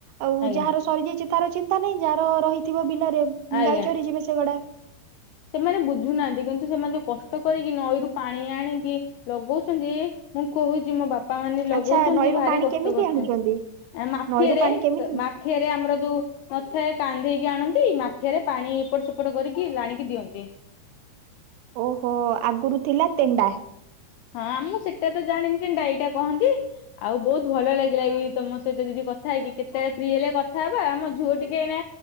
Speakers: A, on the right (about 85°); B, on the left (about 85°).
A: ଆଉ
B: ଆଜ୍ଞା
A: ଯାହାର ସରିଯାଇଛି ତାର ଚିନ୍ତା ନାହିଁ ଯାହାର ରହିଥିବ ବିଲରେ
B: ଆଜ୍ଞା
A: ଗାଈ ଚରିଯିବେ ସେଗୁଡା।
B: ସେମାନେ ବୁଝୁନାହାନ୍ତି, କିନ୍ତୁ ସେମାନେ ଯୋଉ କଷ୍ଟ କରିକି ନଈରୁ ପାଣି ଆଣିକି ଲଗଉଛନ୍ତି ମୁଁ କହୁଛି ମୋ ବାପ ବାପା ମାନେ ଲଗଉଛନ୍ତି
A: ଆଚ୍ଛା ନଈରୁ
B: ଭାରି
A: ପାଣି
B: କଷ୍ଟ
A: କେମିତି
B: କରଛନ୍ତି,
A: ଆଣୁଛନ୍ତି
B: ଆ ମାଠିଆରେ
A: ନଈରୁ ପାଣି କେମିତି
B: ମା ମାଠିଆରେ ଆମର ଯୋଉ ନଥାଏ କାନ୍ଧେଇକି ଆଣନ୍ତି ମାଠିଆରେ ପାଣି ଏପଟ ସେପଟ କରିକି ଲାଣି ଦିଅନ୍ତି
A: ଓହୋ ଆଗରୁ ଥିଲା ତେଣ୍ଡା।
B: ହଁ ମୁଁ ସେଟା ତ ଜାଣିନି ଡାଇଟା କହନ୍ତି। ଆଉ ବହୁତ ଭଲ ଲାଗିଲାବି ତମ ସହିତ ଦିଦି କଥା ହେଇକି। କେତେ ବେଳେ ଫ୍ରି ହେଲେ କଥା ହବା? ଆମ ଝୁଅ ଟିକେ ଏଇନା